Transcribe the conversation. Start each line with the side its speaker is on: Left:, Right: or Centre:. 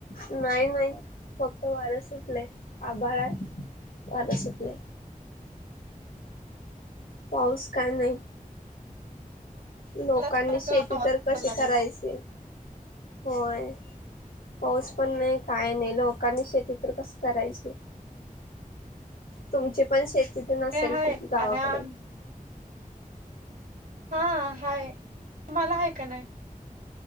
Left: नाही नाही फक्त वारस. आभळ आहे वार सूटलय. पाऊस काय नाही. लोकांनी
Right: सारखा
Left: शेती
Right: आवाज
Left: तर कशी
Right: यायला लागलाय
Left: करायची. होय पाऊस पण नाही काय नाही लोक. लोकांनी शेती तर कस करायची. तुमची पण शेतीत नसेल
Right: ते हाय
Left: किती गावाकड
Right: आणि आम हा हाय तुम्हाला हय, का नाही?